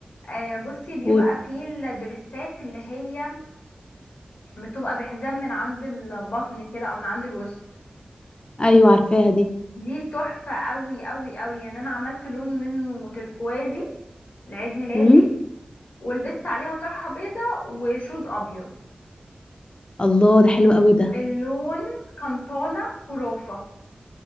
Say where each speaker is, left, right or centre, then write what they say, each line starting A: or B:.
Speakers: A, on the left; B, on the left.
A: آه بصي بيبقى
B: قولي
A: في الدريسات اللي هي بتبقى بحزام من عند البطن كده او من عند الوسط
B: ايوه عارفاها دي
A: دي تحفه قوي قوي قوي يعني انا عملت لون منه تركوازي لعيد ميلادي
B: مم.
A: ولبست عليها طرحه بيضه وشوز ابيض
B: الله ده حلو قوي ده
A: اللون كان طالع خرافة